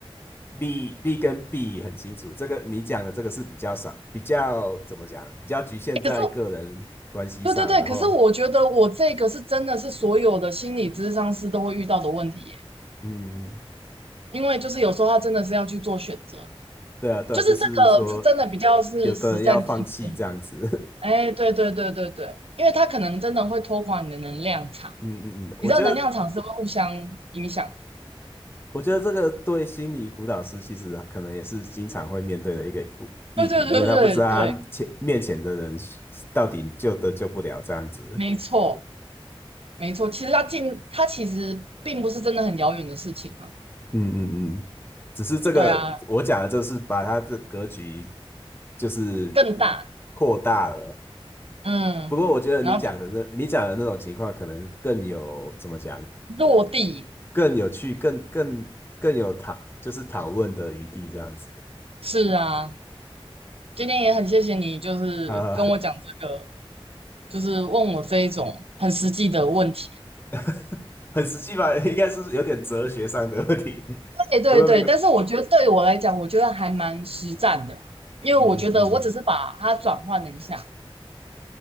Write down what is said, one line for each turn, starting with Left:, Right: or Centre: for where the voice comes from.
Left: 利利跟弊很清楚。这个你讲的这个是比较少，比较怎么讲，比较局限在个人关系上。
Right: 诶可是对对对，
Left: 然后，
Right: 可是我觉得我这个是真的是所有的心理咨商师都会遇到的问题耶，
Left: 嗯，
Right: 因为就是有时候他真的是要去做选择，
Left: 对啊，对啊，
Right: 就是这个是真的比较是实战经验，
Left: 就是说有的人要放弃这样子。
Right: 哎，对对对对对，因为他可能真的会拖垮你的能量场，
Left: <laughs> 嗯嗯嗯，我觉得
Right: 你知道能量场是会互相影响的，
Left: 我觉得这个对心理辅导师其实可能也是经常会面对的一个议题，
Right: 对对对对对，
Left: 因为他不知道他前面前的人到底救得救不了这样子。
Right: 没错。没错，其实它近，它其实并不是真的很遥远的事情啊。
Left: 嗯嗯嗯，只是这个我讲的，
Right: 对啊，
Left: 就是把他的格局就是
Right: 更大，
Left: 扩大了。
Right: 嗯，
Left: 不过我觉得你讲的那你讲的那种情况，
Right: 然后
Left: 可能更有怎么讲，
Right: 落地，
Left: 更有趣，更更更有讨就是讨论的余地这样子。
Right: 是啊。今天也很谢谢你，就是跟我讲这个，
Left: <laughs> 啊、呃
Right: 就是问我这一种很实际的问题。
Left: <laughs> 很实际吧，应该是有点哲学上的问题，
Right: 对对对，
Left: <laughs> 不过没关
Right: 但是我觉得对于我来讲，我觉得还蛮实战的啦因为我觉得我只是把它转换了一下。
Left: 嗯嗯嗯，